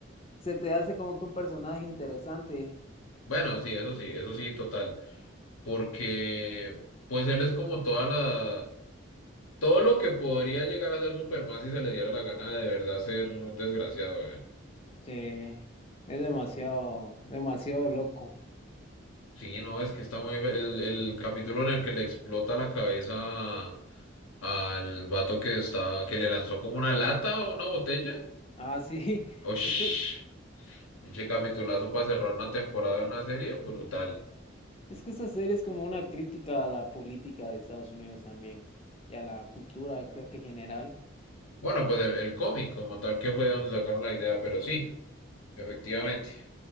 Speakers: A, on the left; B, on the left.
A: se te hace como que un personaje interesante.
B: bueno, sí, eso sí, eso sí, total. Porque, pues él es como toda la, todo lo que podría llegar a ser Superman si se le diera la gana de verdad ser un desgraciado, eh.
A: Sí, es demasiado, demasiado loco.
B: Sí, no, es que está muy, ver- el, el capítulo en el que le explota la cabeza al vato que está, que le lanzó como una lata o una botella.
A: Ah, sí, <laughs>
B: Osh,
A: es que,
B: pinche capitulazo para cerrar una temporada de una serie, brutal.
A: es que esa serie es como una crítica a la política de Estados Unidos también y a la cultura, creo que general.
B: Bueno, pues el, el cómic como tal que fue de donde sacaron la idea, pero sí, efectivamente.